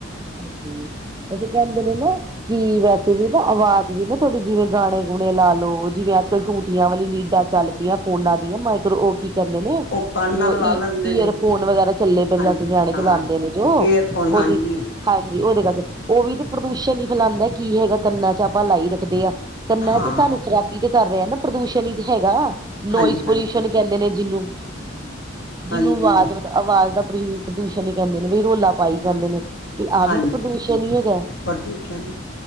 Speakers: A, on the right (about 20°); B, on the left (about 60°).
A: ਹਾਂਜੀ, ਤੁਸੀਂ ਕਹਿੰਦੇ ਜੇ ਨਾ ਕਿ ਵੈਸੇ ਵੀ ਨਾ ਆਵਾਜ਼ ਵੀ ਨਾ ਥੋੜੇ ਜਿਵੇਂ ਗਾਣੇ ਗੁਣੇ ਲਾ ਲਓ, ਜਿਵੇਂ ਅੱਜ-ਕੱਲ ਟੂਟੀਆਂ ਵਾਲੀ ਲੀਡਾਂ ਚੱਲ ਪਈਆ ਫ਼ੋਨਾਂ ਦੀਆਂ, ਮਾਈਕਰੋ ਓ ਕੀ ਕਹਿੰਦੇ ਨੇ
B: ਉਹ ਕੰਨ ਨਾਲ ਲਾ
A: ਈ
B: ਲੈਂਦੇ
A: ਈਅਰ
B: ਨੇ
A: ਫ਼ੋਨ ਵਗੈਰਾ ਚੱਲੇ ਪਏ
B: ਹਾਂਜੀ
A: ਆ, ਨਿਆਣੇ ਚਲਾਂਦੇ
B: ਹਾਂ
A: ਨੇ। ਜੋ ਉਹਦੀ
B: ਏਅਰਫੋਨ ਹਾਂਜੀ
A: ਹਾਂਜੀ ਉਹਦੇ ਕਰਕੇ, ਉਹ ਵੀ ਤਾਂ ਪ੍ਰਦੂਸ਼ਣ ਹੀ ਫੈਲਾਦਾ, ਕੀ ਹੈਗਾ ਕੰਨਾਂ ਚ ਆਪਾਂ ਲਾਈ ਰੱਖਦੇ ਆ। ਕੰਨਾ
B: ਹਾਂ
A: ਚ ਸਾਨੂੰ ਖਰਾਬੀ ਤੇ ਕਰ ਰਿਹਾ ਨਾ, ਪ੍ਰਦੂਸ਼ਣ ਹੀ ਤੇ ਹੈਗਾ, ਨੋਇਜ਼
B: ਹਾਂਜੀ
A: ਪੋਲਿਊਸ਼ਨ
B: ਹਾਂਜੀ
A: ਕਹਿੰਦੇ ਨੇ ਜਿਹਨੂੰ, ਜਿਹਨੂੰ
B: ਹਾਂਜੀ
A: ਆਵਾਜ਼ ਆਵਾਜ਼ ਦਾ ਪ੍ਰ ਪ੍ਰਦੂਸ਼ਣ ਕਹਿੰਦੇ। ਵੀ ਰੋਲਾ ਪਾਈ ਜਾਂਦੇ
B: ਹਾਂ
A: ਨੇ, ਵੀ ਆਹ
B: ਹਾਂਜੀ
A: ਵੀ ਤਾਂ ਪ੍ਰਦੂਸ਼ਣ ਹੀ ਹੈਗਾ।
B: ਪ੍ਰਦੂਸ਼ਣ